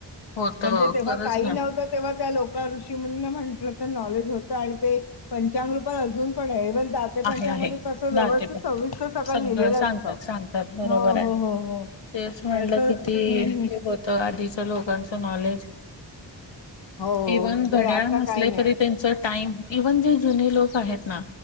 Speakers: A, on the left (about 80°); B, on the left (about 60°).
A: होत
B: म्हणजे तेव्हा
A: खरंच
B: काही
A: ना
B: नव्हत तेव्हा त्या लोकांशी म्हटलं तर नॉलेज होत आणि ते पंचाग रूपात अजून पण आहे. बर दाते पंचागं
A: आहे आहे
B: मध्ये तस व्यवस्थित
A: राहते पण
B: सविस्तर सगळ
A: सगळं
B: लिहिलेलं
A: सांगतात
B: असत हो
A: सांगतात बरोबर
B: हो
A: आहे
B: हो हो.
A: तेच म्हटलं
B: त्याच हम्म
A: किती
B: हम्म
A: हे होत. आधीच्या लोकांचं नॉलेज.
B: हो हो
A: इव्हन घड्याळ
B: ते आता
A: नसले
B: काय नाही
A: तरी त्यांच टाईम इव्हन जे जुने लोक आहेत ना